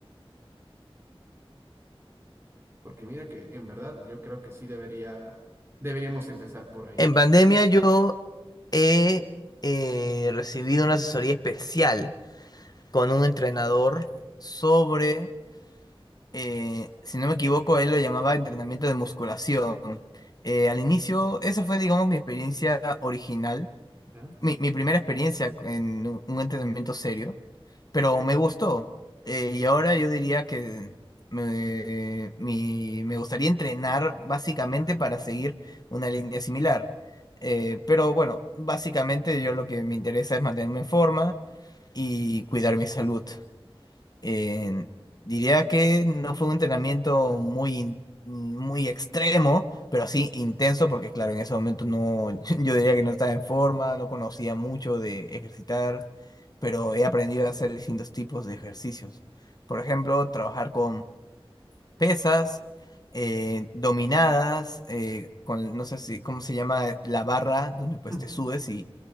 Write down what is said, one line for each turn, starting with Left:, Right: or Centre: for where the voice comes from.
Right: Porque mira que en verdad yo creo que sí debería, deberíamos empezar por ahí,
Left: En pandemia yo he eh, recibido una asesoría especial con un entrenador sobre, eh, si no me equivoco, él lo llamaba entrenamiento de musculación. Eh, al inicio, esa fue, digamos, mi experiencia original
Right: ¿ya?
Left: mi, mi primera experiencia en un un entrenamiento serio, pero me gustó. Eh, y ahora yo diría que me, mi- me gustaría entrenar básicamente para seguir una línea similar. Eh, pero bueno, básicamente yo lo que me interesa es mantenerme en forma y cuidar mi salud eh, diría que no fue un entrenamiento muy, in- muy extremo, pero sí intenso, porque claro, en ese momento no, <laughs> yo diría que no estaba en forma, no conocía mucho de ejercitar, pero he aprendido a hacer distintos tipos de ejercicios. Por ejemplo, trabajar con pesas, eh, dominadas, eh, con, no sé si, ¿cómo se llama? La barra, donde pues
Right: <clears throat>
Left: te subes y